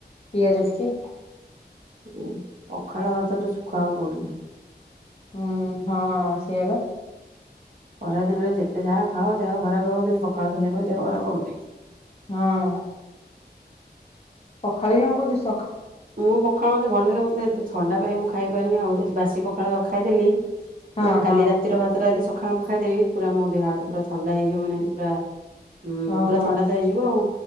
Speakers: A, on the left (about 35°); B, on the right (about 55°).
A: ପିଆଜ ଟିକେ।
B: ଓହଃ ପଖାଳ ହାତଠୁ ସୁଖ ଆଉ କଉଠି ନାହିଁ।
A: ହୁଁ ହଁ ସେଇଆ ଵା।
B: ଖରାଦିନରେ ଯେତେ ଯାହା ଖାଅ ଦେହ ଖରାପ ହେବ କିନ୍ତୁ ପଖାଳ ଖାଇଲେ ଦେହ ଖରାପ ହେବନି।
A: ହଁ। ପଖାଳ ବି ଆମକୁ ଦିଶୁ
B: ମୁଁ ପଖାଳ ମତେ ଭଲ ଲାଗେ ମତେ ଏତେ ଥଣ୍ଡା ପାଇଁ ମୁଁ ଖାଇପାରୁନି ଆଉ ଯଦି ବାସି ପଖାଳ ଖାଇଦେଲି
A: ହଁ
B: ମାନେ
A: ହଁ
B: କାଲି ରାତିର ଭାତଟା ଯଦି ସକା କାଳେ ମୁ ଖାଇଦେବି ପୁରା ମୋ ଦେହ ହାତ ପୁରା ଥଣ୍ଡା ହେଇଯିବ ମାନେ ପୁରା ହୁଁ
A: ଓ
B: ପୁରା
A: ହଁ
B: ଥଣ୍ଡା ତ ହେଇଯିବ ଆଉ